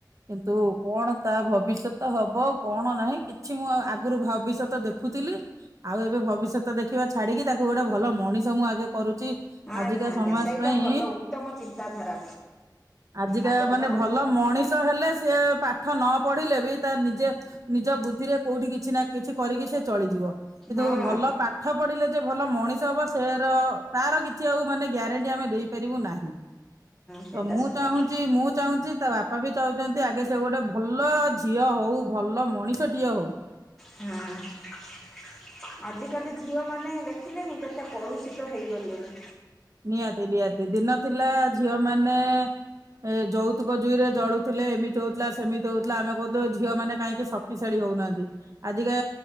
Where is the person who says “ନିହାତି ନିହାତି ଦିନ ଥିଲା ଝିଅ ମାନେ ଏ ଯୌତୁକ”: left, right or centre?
Right